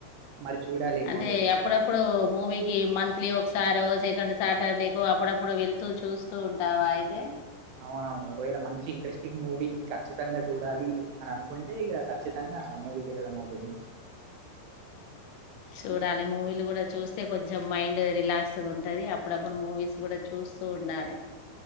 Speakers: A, on the right; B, on the left.
A: మరి చూడాలి ఏమవుతదో.
B: అంటే ఎప్పుడప్పుడు మూవీకి మంత్లీ ఒకసారో సెకండు సాటర్డేకు అప్పుడప్పుడు వెళ్తూ చూస్తూ ఉంటావా అయితే
A: అవునవును ఒకవేళ మంచి ఇంట్రెస్టింగ్ మూవీ ఖచ్చితంగా చూడాలి అని అనుకుంటే ఇక ఖచ్చితంగా మూవీకి వెళ్ళడం అవుతుంది
B: చూడాలి మూవీలు కూడా చూస్తే కొంచెం మైండ్ రిలాక్స్ ఉంటది అప్పుడప్పుడు మూవీస్ కూడా చూస్తూ ఉండాలి